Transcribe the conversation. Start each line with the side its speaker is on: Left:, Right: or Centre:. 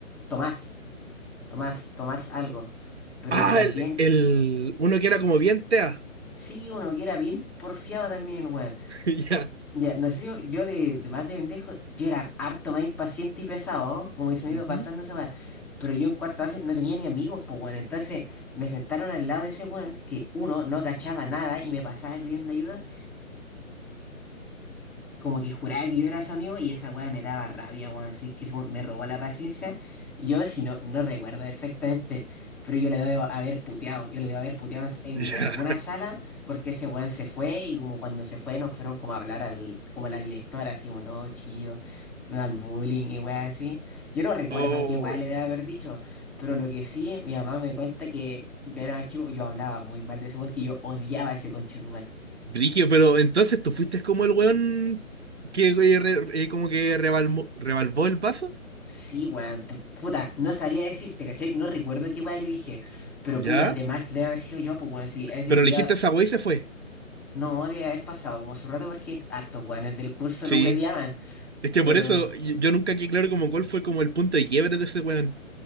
Centre: Tomás, Tomás, Tomás algo. Pero
Right: Ah,
Centre: que también,
Right: el,
Centre: que-
Right: el- uno que era como bien tea.
Centre: sí, uno que era bien porfiado también el weón.
Right: <laughs> Ya,
Centre: Ya, no sé, yo, yo de, de más de pendejo, yo era harto más impaciente y pesado, ¿no? Como dice me
Right: Ujú.
Centre: iba pasando esa weá. Pero yo en cuarto básico no tenía ni amigos, pues bueno. Entonces me sentaron al lado de ese weón que uno no cachaba nada y me pasaba pidiendo ayuda como que juraba que yo era su amigo y esa weá me daba rabia, weón. Así que eso me robó la paciencia. Yo, si no, no recuerdo perfectamente, pero yo le debo haber puteado. Yo le debo haber puteado en
Right: ya.
Centre: la- alguna sala porque ese weón se fue y como cuando se fue nos fueron como a hablar al, como a la directora, así como, no, chiquillo, no al bullying y weá así. Yo no recuerdo
Right: Oh,
Centre: qué weá le debo haber dicho, pero lo que sí, mi mamá me cuenta que yo era más chico, yo hablaba muy mal de ese weón, que yo odiaba a ese conche
Right: Brigio, pero entonces tú fuiste como el weón que eh, re- eh, como que rebalmo- rebalvó el vaso.
Centre: Sí, weón, pu- puta, no sabría decirte, ¿cachai? No recuerdo qué weón le dije, pero
Right: ¿Ya?
Centre: puta, de más que debe haber sido yo, pues weón, sí, a ese
Right: Pero
Centre: culiado
Right: elegiste esa weá y se fue.
Centre: no debe haber pasado como su rato porque hartos weones del curso
Right: Sí.
Centre: lo hueveaban,
Right: Es que
Centre: pero
Right: por eso yo yo nunca quedé claro como cuál fue como el punto de quiebre de ese weón.